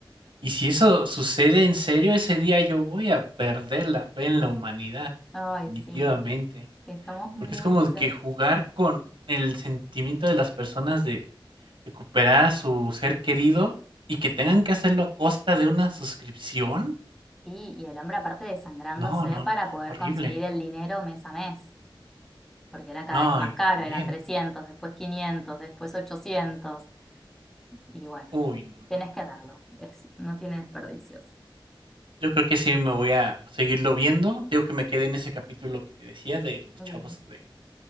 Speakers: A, on the right; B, in the centre.
A: Y si eso sucede en serio, ese día yo voy a perder la fe en la humanidad,
B: Ay,
A: definitivamente,
B: sí, estamos muy
A: porque es como
B: cerca.
A: de que jugar con el sentimiento de las personas de recuperar a su ser querido y que tengan que hacerlo a costa de una suscripción.
B: Sí, y el hombre aparte desangrándose
A: No, no,
B: para
A: no,
B: poder
A: horrible.
B: conseguir el dinero mes a mes, porque era cada
A: No,
B: vez más
A: y
B: caro,
A: también,
B: eran 300 después 500 después ochocientos Y bueno,
A: uy, no, no.
B: tenés que darlo. Es, no tiene desperdicios.
A: Yo creo que sí me voy a seguirlo viendo. Digo que me quedé en ese capítulo que te decía de los
B: Bien.
A: chavos de,